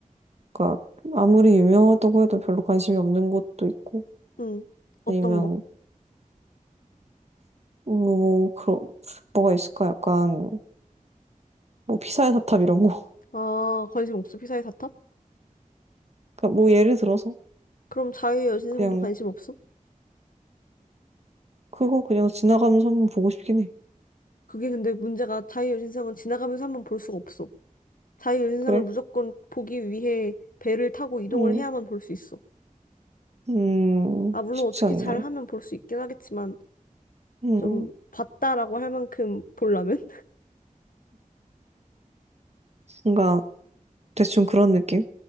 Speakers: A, on the right (about 50°); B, on the left (about 75°).
A: 그니까, 아무리 유명하다고 해도 별로 관심이 없는 곳도 있고,
B: 응. 어떤
A: 아니면
B: 거?
A: 뭐 뭐 그런 뭐가 있을까? 약간 뭐 피사의 사탑 이런 거.
B: 아, 관심 없어. 피사의 사탑?
A: <laughs> 그러니까 뭐 예를 들어서
B: 그럼 자유의 여신상도
A: 그냥
B: 관심 없어?
A: 그거 그냥 지나가면서 한번 보고 싶긴 해.
B: 그게 근데 문제가 자유의 여신상은 지나가면서 한번 볼 수가 없어. 자유의 여신상을
A: 그래?
B: 무조건 보기 위해 배를 타고 이동을
A: 음,
B: 해야만 볼 수 있어.
A: 음,
B: 아, 물론
A: 쉽지
B: 어떻게
A: 않네.
B: 잘하면 볼 수 있긴 하겠지만
A: 음,
B: 좀 봤다라고 할 만큼 보려면 <laughs>
A: 뭔가 대충 그런 느낌?